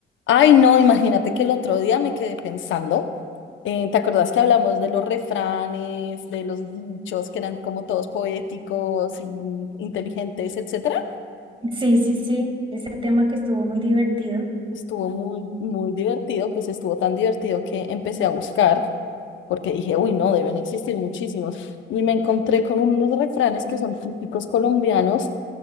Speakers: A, on the left; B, on the right.
A: Ay, no, imagínate que el otro día me quedé pensando. eh, ¿te acordás que hablamos de los refranes, de los dichos que eran como todos poéticos y inteligentes, etcétera?
B: Sí, sí, sí, ese tema que estuvo muy divertido.
A: Estuvo muy, muy divertido, pues estuvo tan divertido que empecé a buscar, porque dije, uy, no, deben existir muchísimos. Y me encontré con unos refranes que son típicos colombianos